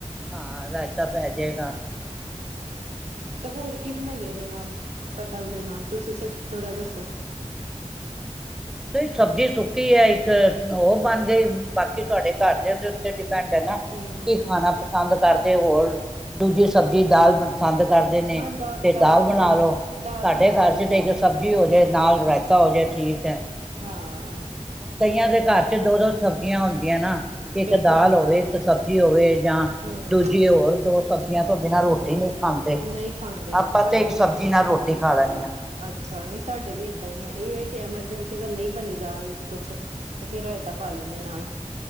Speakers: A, in the centre; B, on the right.
A: ਹਾਂ, ਰਾਇਤਾ ਪੈ ਜਾਏਗਾ।
B: ਤੇ ਹੋਰ ਕੀ ਬਣਾਈਏ ਇਹਦੇ ਨਾਲ, ਕਟਹਲ ਦੇ ਨਾਲ ਤੁਸੀਂ ਥੋੜ੍ਹਾ ਦੱਸੋ।
A: ਨਹੀਂ ਸਬਜ਼ੀ ਸੁੱਕੀ ਐ, ਇੱਕ ਉਹ ਬਣ ਗਈ, ਬਾਕੀ ਤੁਹਾਡੇ ਘਰ ਦਿਆਂ ਉੱਤੇ ਡੀਪੇਂਡ ਏ ਨਾ,
B: ਹੂੰ
A: ਕੀ ਖਾਣਾ ਪਸੰਦ ਕਰ ਤੇ ਹੋਰ ਦੂਜੀ
B: ਹੂੰ
A: ਸਬਜ਼ੀ ਦਾਲ ਪਸੰਦ ਕਰਦੇ ਨੇ
B: ਹਾਂ
A: ਤੇ ਦਾਲ ਬਣਾ
B: ਲੈ
A: ਲਉ,
B: ਦਾਲ
A: ਸਾਡੇ
B: ਬਣਾ
A: ਘਰ
B: ਲੈਣੀ
A: ਚ ਤੇ
B: ਆ
A: ਇੱਕ ਸਬਜ਼ੀ ਹੋ ਜਾਏ, ਨਾਲ ਰਾਇਤਾ ਹੋ ਜਾਏ। ਠੀਕ ਐ। ਹੁਣ
B: ਹਾਂ
A: ਕਈਆਂ ਦੇ ਘਰ ਦੋ ਦੋ ਸਬਜ਼ੀਆਂ ਹੁੰਦੀਆਂ ਨਾ। ਇੱਕ
B: ਬਿਲਕੁਲ
A: ਦਾਲ
B: ਬਿਲਕੁਲ
A: ਹੋਵੇ, ਇੱਕ ਸਬਜ਼ੀ ਹੋਵੇ ਜਾਂ
B: ਹੂੰ
A: ਦੂਜੀ ਹੋਰ ਦੋ ਸਬਜ਼ੀਆਂ ਤੋਂ ਬਿਨਾਂ
B: ਹੂੰ
A: ਰੋਟੀ ਨਹੀਂ ਖਾਂਦੇ,
B: ਨਹੀਂ ਖਾਂਦੇ
A: ਆਪਾਂ
B: ਸਾਡੇ
A: ਤੇ ਇੱਕ
B: ਵੀ
A: ਸਬਜ਼ੀ ਨਾਲ ਰੋਟੀ ਖਾ ਲੈਣੇ ਆ।
B: ਅੱਛਾ ਨਹੀਂ ਸਾਡੇ ਵੀ ਏਦਾਂ ਈ ਆ, ਇਹ ਆ ਕਿ ਐਮਰਜੈਂਸੀ ਅਗਰ ਨਹੀਂ ਬਣੀ ਦਾਲ ਕੁਛ, ਤਾਂ ਫਿਰ ਰਾਇਤਾ ਪਾ ਲੈਂਦੇ ਆ।